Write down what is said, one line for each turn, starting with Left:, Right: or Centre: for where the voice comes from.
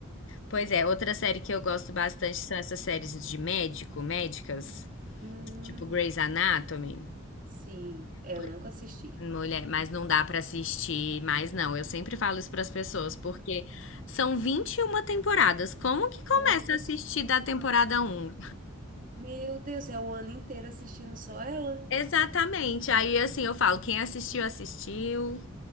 Left: Pois é, outra série que eu gosto bastante são essas séries de médico, médicas,
Right: Hum,
Left: tipo Grey's Anatomy.
Right: sim, é,
Left: Por-
Right: eu nunca assisti.
Left: Mulher, mas não dá pra assistir mais, não. Eu sempre falo isso pras pessoas, porque são 21 temporadas. Como que começa
Right: Nossa,
Left: a assistir da temporada um?
Right: meu Deus, é o ano inteiro assistindo só ela?
Left: Exatamente. Aí, assim, eu falo, quem assistiu, assistiu.